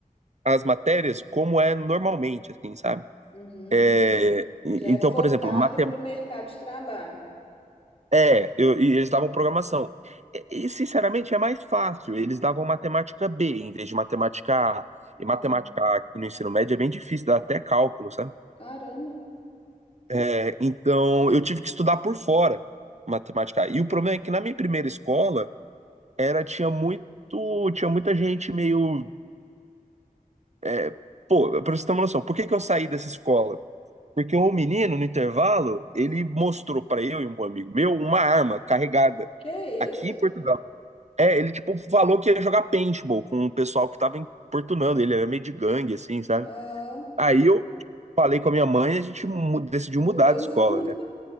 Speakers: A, on the right; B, on the left.
A: as matérias como é normalmente, assim, sabe?
B: uhum.
A: É, então,
B: Já é focado
A: por exemplo, matem
B: para o mercado de trabalho.
A: é, eu- e eles davam programação. E, e, sinceramente, é mais fácil. Eles davam matemática B em vez de matemática A. E
B: Ah,
A: matemática A aqui no ensino médio é bem difícil, dá até cálculo, sabe?
B: caramba,
A: É, então, eu tive que estudar por fora matemática A. E o problema é que na minha primeira escola era tinha muito, tinha muita gente meio, é, pô, pra você ter uma noção, por que que eu saí dessa escola? Porque um menino, no intervalo, ele mostrou pra eu e um bom amigo meu uma arma carregada
B: que é
A: aqui
B: isso?
A: em Portugal. É, ele tipo falou que ia jogar paintball com o pessoal que tava importunando, ele era meio de gangue, assim, sabe?
B: Ah,
A: Aí eu falei com a minha mãe e a gente mu- decidiu
B: mudou.
A: mudar de escola,
B: <laughs>
A: né?